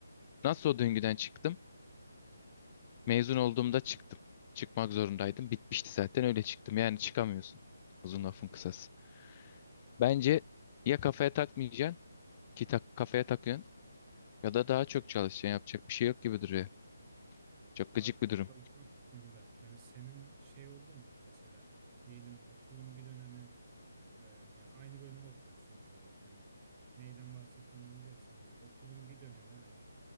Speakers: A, on the left; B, on the right.
A: nasıl o döngüden çıktım? Mezun olduğumda çıktım. Çıkmak zorundaydım. Bitmişti zaten öyle çıktım. Yani çıkamıyorsun. Uzun lafın kısası. Bence ya kafaya takmayacaksın ki tak, kafaya takıyorsun ya da daha çok çalışacaksın. Yapacak bir şey yok gibi duruyor.
B: Peki abi o
A: Çok gıcık
B: daha çok
A: bir durum.
B: çalışma kısmında hani senin şey oldu mu mesela diyelim okulun bir dönemi Ee, yani aynı bölümde okuyoruz sonuç olarak hani neyden bahsettiğimi anlayacaksın hani okulun bir dönemi hani